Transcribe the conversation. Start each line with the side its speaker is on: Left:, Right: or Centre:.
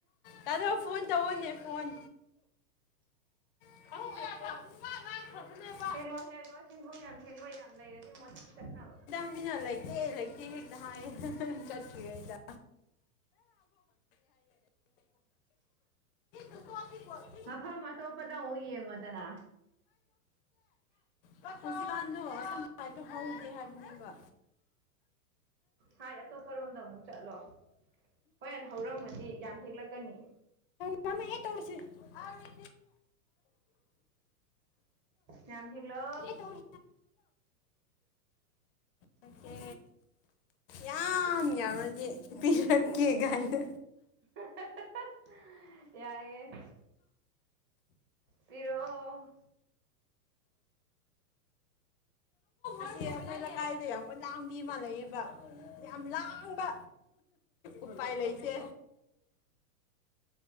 Left: ꯇꯥꯗꯣ ꯐꯣꯟ ꯇꯧꯑꯣꯅꯦ ꯐꯣꯟ <unintelligible>
Right: ꯍꯦꯛꯂꯣ ꯍꯦꯛꯂꯣ ꯍꯦꯛꯂꯣ ꯌꯥꯝ ꯍꯦꯛꯂꯣ ꯌꯥꯝ ꯂꯩꯔꯗꯤ ꯃꯣꯢꯊꯪ ꯆꯠꯅꯕ
Left: ꯃꯤꯅ ꯂꯩꯇꯦ ꯂꯩꯇꯦ ꯍꯦꯛꯇ ꯍꯥꯏꯌꯦ ꯆꯠꯇ꯭ꯔꯤꯉꯩꯗ <unintelligible>
Right: ꯃꯐꯝ ꯑꯇꯣꯞꯄꯗ ꯑꯃꯨꯛ ꯌꯦꯡꯉꯣꯗꯅ
Left: ꯍꯧꯖꯤꯛ ꯀꯥꯟꯗꯣ ꯁꯤꯕꯥꯥꯟꯗꯕ ꯀꯃꯥꯏꯗꯣ ꯍꯧꯒꯦ ꯍꯥꯏꯕꯅꯦꯕ
Right: ꯍꯥꯏ ꯑꯇꯣꯞꯄꯔꯣꯝꯗ ꯑꯃꯨꯛ ꯆꯠꯂꯣ ꯍꯣꯔꯦꯟ ꯍꯧꯔꯝꯃꯗꯤ ꯌꯥꯝ ꯍꯦꯛꯂꯛꯀꯅꯤ
Left: ꯌꯥꯝꯃꯛꯑꯦ ꯇꯧꯔꯤꯁꯦ ꯑꯣꯀꯦ
Right: ꯌꯥꯝ ꯍꯦꯛꯂꯣ
Left: ꯇꯧꯔꯦ ꯃꯩꯇꯦ ꯌꯥꯝ ꯌꯥꯝꯔꯗꯤ ꯄꯤꯔꯛꯀꯦ ꯀꯥꯏꯅ
Right: <unintelligible> ꯌꯥꯏꯑꯦ ꯄꯤꯔꯣꯑꯣ
Left: ꯑꯁꯤ ꯑꯩꯈꯣꯏ ꯂꯩꯀꯥꯏꯗ ꯌꯥꯝ ꯎꯂꯥꯝꯕꯤ ꯃꯥꯜꯂꯛꯑꯦꯕ ꯌꯥꯝ ꯂꯥꯡꯕ ꯎꯄꯥꯏ ꯂꯩꯇꯦ